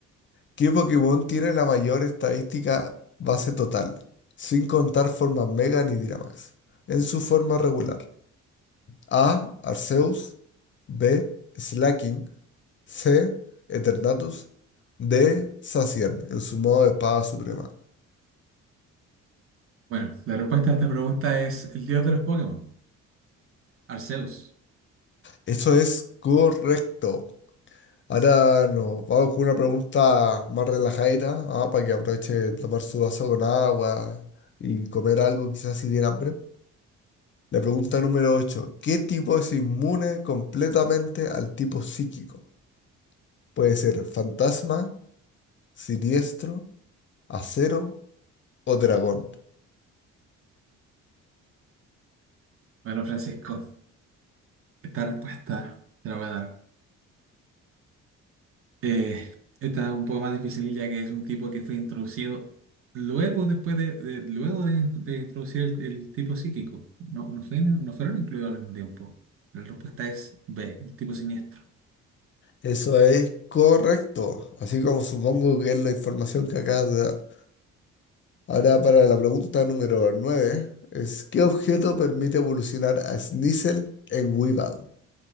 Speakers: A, on the left; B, on the right.
A: ¿Qué Pokémon tiene la mayor estadística base total? Sin contar formas Mega ni Dynamax. En su forma regular. A. Arceus. B. Slaking. C. Eternatus. D. Zacian, en su modo de espada suprema.
B: Bueno, la respuesta a esta pregunta es el dios de los Pokémon, Arceus.
A: Eso es correcto. Ahora nos vamos con una pregunta más relajadita, ah, para que aproveche de tomar su vaso con agua y comer algo, quizás si tiene hambre. La pregunta número 8. ¿Qué tipo es inmune completamente al tipo psíquico? Puede ser fantasma, siniestro, acero o dragón.
B: Bueno, Francisco, esta respuesta te la voy a dar. Eh, esta es un poco más difícil ya que es un tipo que fue introducido luego después de, de- luego de, de introducir el, el tipo psíquico. No, no, fue- no fueron incluidos al mismo tiempo. La respuesta es B, el tipo siniestro.
A: Eso es correcto, así como supongo que es la información que acabas de dar. Ahora para la pregunta número 9 es ¿qué objeto permite evolucionar a Sneasel en Weevil?